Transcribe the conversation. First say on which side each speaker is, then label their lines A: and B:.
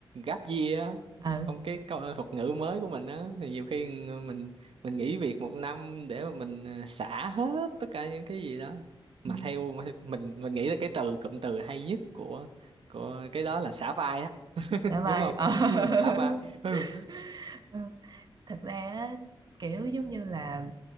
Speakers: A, on the right (about 75°); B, on the right (about 50°).
A: gáp year á
B: ừ
A: không cái câu thuật ngữ mới của mình á thì nhiều khi mình mình nghỉ việc một năm để mà mình ờ, xả hết tất cả những cái gì đó mà
B: ừ.
A: theo mình mình nghĩ là cái từ cụm từ hay nhất của của cái đó là xả vai á <laughs>
B: xả
A: đúng
B: vai
A: không
B: ờ. <laughs>
A: <laughs> mình xả vai ừ
B: Ừ. thật ra á, kiểu giống như là